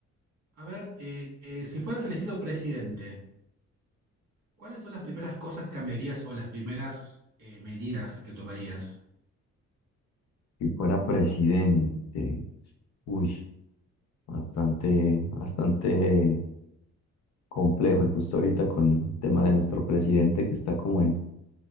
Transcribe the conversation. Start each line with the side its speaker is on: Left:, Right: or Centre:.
Right: a ver, eh, eh, si fueras elegido presidente. ¿Cuáles son las primeras cosas que cambiarías o las primeras eh, medidas que tomarías?
Left: Si fuera presidente, uy, bastante, bastante complejo. Y justo ahorita con el tema de nuestro presidente que está como en-